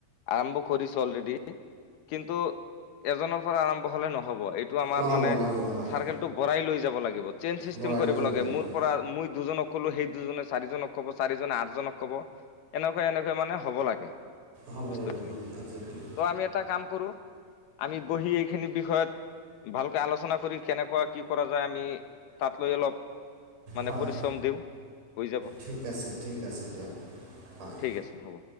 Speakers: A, on the left (about 70°); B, on the right (about 75°).
A: আৰম্ভ কৰিছো অলৰেডি কিন্তু এজনৰ পৰা আৰম্ভ হলে নহ হব এইটো আমাৰ
B: নহ'ব
A: মানে
B: নহ'ব হয়
A: চাৰ্কেলটো বঢ়াই লৈ যাব লাগিব চেইন চিষ্টেম
B: বৰাই
A: কৰিব
B: লৈ যাব
A: লাগে
B: লাগিব
A: মোৰ পৰা মই দুজনক কলো সেই দুজন আ চাৰিজনক কব চাৰিজনে আঠজনক কব এনেকুৱা এনেকা মানুহ হ'ব লাগে
B: হ'ব
A: বস্তুখিনি
B: লাগে একজেক্টলি
A: ত আমি এটা কাম কৰো আমি বহি এইখিনি বিষয়ত ভালকে আলোচনা কৰি কেনেকুৱা কি কৰা যায় আমি তাত লৈ অলপ মানে
B: হয়
A: পৰিশ্ৰম দিওঁ হৈ যাব
B: ঠিক আছে ঠিক আছে দিয়ক হয়
A: ঠিক আছে হ'ব।